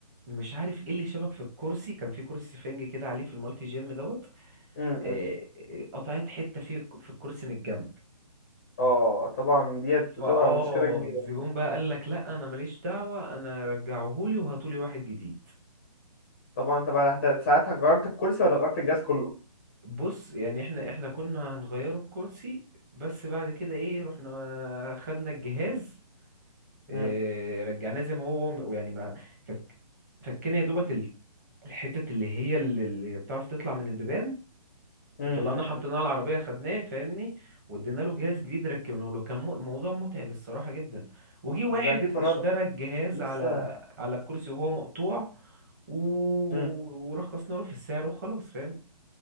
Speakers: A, on the right; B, on the left.
A: مش عارف ايه اللي شبك في الكرسي كان في كرسي سفنج كده عليه في المالتي جيم دوت
B: مم،
A: إيه،
B: مم.
A: إيه، قطعت حتة فيه في الكرسي من الجنب
B: اه طبعا ديت بتبقى
A: فاه
B: مشكله كبيره
A: الزبون بقى قال لك لا انا ماليش دعوة انا رجعهولي وهاتولي واحد جديد
B: طبعا انت بقى هت- ساعتها غيرت الكرسي ولا غيرت الجهاز كله
A: بص يعني احنا احنا كنا هنغيره الكرسي بس بعد كده ايه رحنا خدنا الجهاز إيه،
B: مم.
A: رجعناه زي ما هو يعني ما فك فكنا يا دوبك الحتت اللي هي اللي, اللي بتعرف تطلع من البيبان
B: مم،
A: وطلعنا
B: مم،
A: حطيناه
B: مم.
A: على العربية خدناه فاهمني وادينا له جهاز جديد ركبناه له كان مو- موضوع متعب الصراحة جدا وجي واحد
B: ما ده اكيد فرهده
A: اشترى الجهاز
B: لسه
A: على على الكرسي وهو مقطوع و...
B: مم.
A: ورخصنا له في السعر وخلاص فاهم